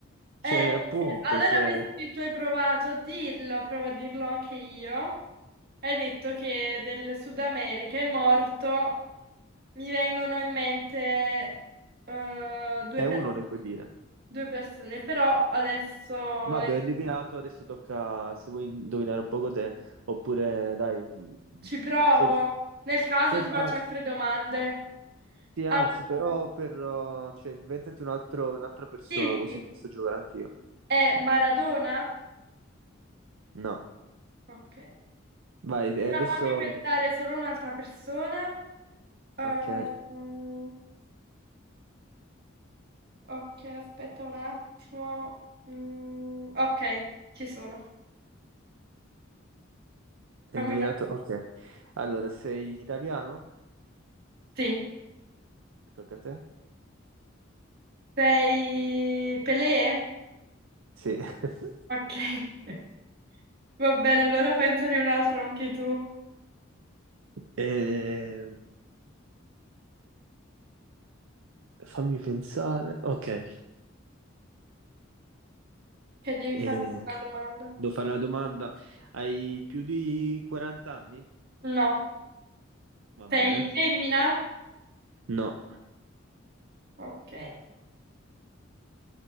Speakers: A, on the right; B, on the right.
A: Eh,
B: Cioè,
A: eh,
B: appunto,
A: allora,
B: cioè,
A: visto che tu hai provato a dirlo, provo a dirlo anche io. Hai detto che del Sud America è morto. Mi vengono in mente eh, due,
B: è
A: per-
B: uno ne puoi dire.
A: due persone, però adesso
B: Vabbè,
A: le-
B: ho indovinato, adesso tocca se vuoi indovinare un poco te, oppure dai, mh,
A: ci provo.
B: se,
A: Nel caso
B: se-
A: ti faccio
B: anzi,
A: altre domande.
B: sì,
A: Allora,
B: anzi, però per, uh, cioè, inventati un altro, un'altra persona,
A: sì,
B: così
A: sì,
B: posso giocare anch'io.
A: è Maradona?
B: No,
A: Ok.
B: vai, e
A: Allora
B: adesso...
A: fammi pensare solo un'altra persona. Eh,
B: Ok.
A: mm, ok, aspetta un attimo. Mm, ok, ci sono.
B: Hai
A: Fammi...
B: indovinato? Ok. Allora, sei italiano?
A: Sì.
B: Tocca a te?
A: Sei Pelé?
B: Sì. <laughs>
A: Ok. <laughs> Va bene, allora pensane un altro anche tu,
B: Eh, fammi pensare. Ok.
A: che devi
B: Eh,
A: fare una domanda.
B: devo fare la domanda. Hai più di 40 anni?
A: No,
B: Va
A: sei
B: bene.
A: femmina?
B: No.
A: Ok.